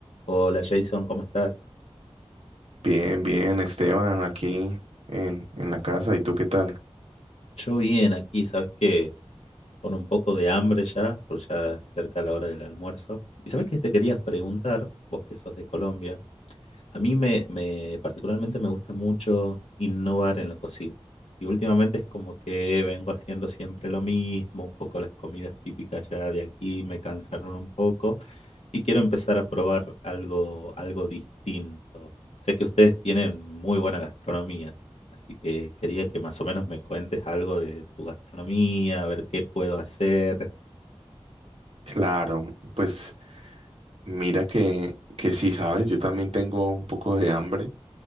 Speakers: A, on the left; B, on the right.
A: Hola Jason, ¿cómo estás?
B: Bien, bien, Esteban, aquí en, en la casa. ¿Y tú qué tal?
A: Yo bien aquí, sabes que con un poco de hambre ya, porque ya es cerca la hora del almuerzo. Y sabes que te querías preguntar, vos que sos de Colombia, A mí me, me- particularmente me gusta mucho innovar en la cocina. Y últimamente es como que vengo haciendo siempre lo mismo, un poco las comidas típicas ya de aquí me cansaron un poco y quiero empezar a probar algo, algo distinto. Sé que ustedes tienen muy buena gastronomía, así que quería que más o menos me cuentes algo de tu gastronomía, a ver qué puedo hacer.
B: Claro, pues mira que, que sí, sabes, yo también tengo un poco de hambre